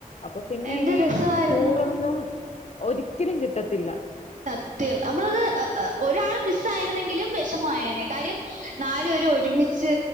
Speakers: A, on the left; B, on the right.
A: അപ്പൊ പിന്നെ
B: എന്ത്
A: ഈ
B: രസമായിരുന്നു
A: റ്റൂറൊന്നും ഒരിക്കലും കിട്ടത്തില്ല
B: സത്യം അമ്മള്ത് ഒരാള് മിസ്സായിരുന്നെങ്കിലും വെഷമായേനെ കാര്യം നാലു പേരും ഒരുമിച്ച്